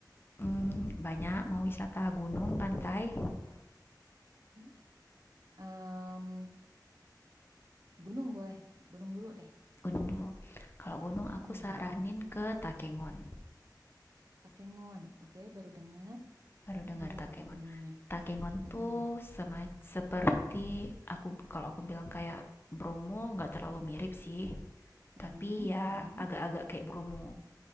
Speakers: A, on the left (about 30°); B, on the right (about 50°).
A: mm, banyak mau wisata gunung, pantai,
B: Hmm? Em, gunung boleh, gunung dulu deh.
A: gunung dulu. Kalau gunung
B: Mm-mm.
A: aku saranin ke Takengon.
B: Takengon, oke, baru dengar.
A: Baru dengar
B: Gimana
A: Takengon.
B: tuh gunungnya?
A: Takengon
B: Mm-mm.
A: tuh sema seperti aku kalau aku bilang kayak Bromo nggak terlalu mirip sih,
B: Mm-mm.
A: tapi ya
B: Mm-mm.
A: agak-agak kayak Bromo,